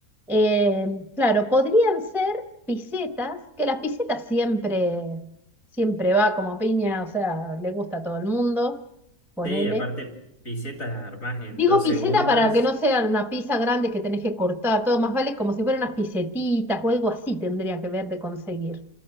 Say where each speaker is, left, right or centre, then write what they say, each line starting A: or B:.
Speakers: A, in the centre; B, on the left.
A: Eh, claro, podrían ser pisetas, que las pisetas siempre, siempre va como piña, o sea, le gusta a todo el mundo, ponele.
B: Sí, aparte, pisetas las armás en
A: Digo
B: dos segundos.
A: piseta para que no sea una pizza grande que tenés que cortar, todo más vale como si fueran unas pisetitas o algo así tendría que ver de conseguir.